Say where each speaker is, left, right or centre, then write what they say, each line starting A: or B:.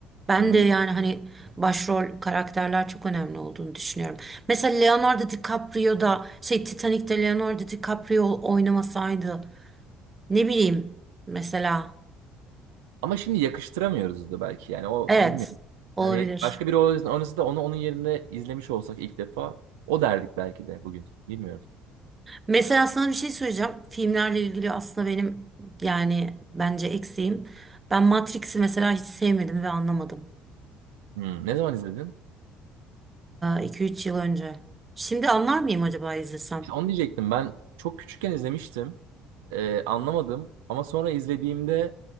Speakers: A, on the right; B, on the right.
A: Ben
B: anladım.
A: de yani hani başrol karakterler çok önemli olduğunu düşünüyorum. Mesela Leonardo DiCaprio da şey Titanic'te Leonardo DiCaprio oynamasaydı Ne bileyim mesela.
B: Ama şimdi yakıştıramıyoruz da belki yani o
A: Evet,
B: bilmiyorum.
A: olabilir.
B: Hani başka biri oynasa oynasa da onu onun yerinde izlemiş olsak ilk defa o derdik belki de bugün. Bilmiyorum.
A: Mesela sana bir şey söyleyeceğim. Filmlerle ilgili aslında benim yani bence eksiğim. Ben Matrix'i mesela hiç sevmedim ve anlamadım.
B: Hmm, Ne zaman izledin?
A: iki üç yıl önce. Şimdi anlar mıyım acaba izlesem?
B: İşte onu diyecektim ben çok küçükken izlemiştim. Ee, anlamadım ama sonra izlediğimde